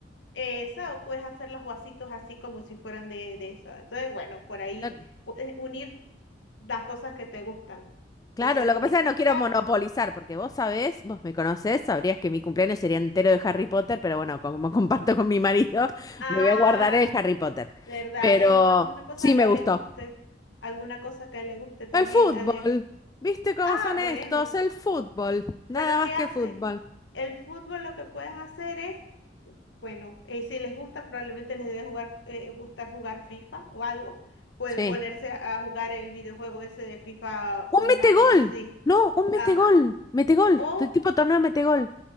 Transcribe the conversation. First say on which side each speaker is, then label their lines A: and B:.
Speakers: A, on the left; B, on the left.
A: Esa, o puedes hacer los vasitos así como si fueran de, de esa. Entonces, bueno, por ahí
B: La-
A: puedes unir las cosas que te gustan.
B: Claro,
A: Entonces,
B: lo
A: con
B: que pasa
A: esta
B: es que no
A: idea,
B: quiero monopolizar, porque vos sabés, vos me conocés, sabrías que mi cumpleaños sería entero de Harry Potter, pero bueno, como me comparto con mi marido, <laughs>
A: ah,
B: me voy a guardar el Harry Potter.
A: ¿verdad?
B: Pero
A: Él, o alguna cosa
B: sí
A: que
B: me
A: a
B: gustó.
A: él le guste, alguna cosa que a él le guste también,
B: El fútbol.
A: habría que-
B: ¿Viste cómo
A: Ah,
B: son estos?
A: bueno,
B: El fútbol. Nada
A: pero
B: más
A: ¿qué
B: que
A: hacen?
B: fútbol.
A: El fútbol lo que puedes hacer es Bueno, eh, si les gusta, probablemente les debe jugar, eh, gustar jugar FIFA o algo. Pueden
B: Sí.
A: ponerse a a jugar el videojuego ese de FIFA online
B: Un metegol.
A: así.
B: No, un metegol.
A: Ajá.
B: Metegol.
A: O,
B: Tu- Tipo torneo metegol.